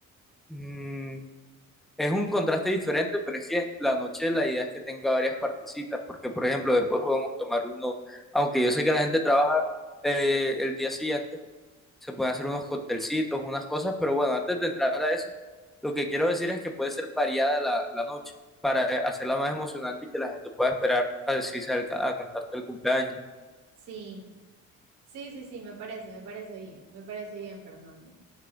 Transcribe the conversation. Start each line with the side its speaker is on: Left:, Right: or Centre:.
Centre: Mm, Es un contraste diferente, pero es que la noche la idea es que tenga varias partecitas, porque por ejemplo después podemos tomar uno, aunque yo sé que la gente trabaja eh, el día siguiente, se pueden hacer unos coctelcitos, unas cosas, pero bueno, antes de entrar a eso, lo que quiero decir es que puede ser variada la, la noche para eh, hacerla más emocionante y que la gente pueda esperar a decirse al ca- a cantarte el cumpleaños.
Right: Sí, sí, sí, sí, me parece, me parece bien, me parece bien, Fernando.